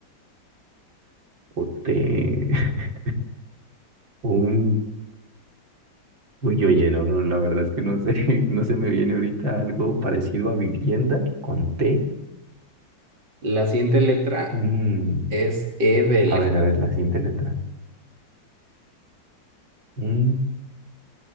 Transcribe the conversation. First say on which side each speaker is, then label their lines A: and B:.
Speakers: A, on the right; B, on the right.
A: o te <laughs> o un Uy, oye, no, no, la verdad es que no sé, <laughs> no se me viene ahorita algo parecido a vivienda con T.
B: la siguiente letra
A: Un,
B: es E de elef-
A: a ver, a ver, la siguiente letra. Un,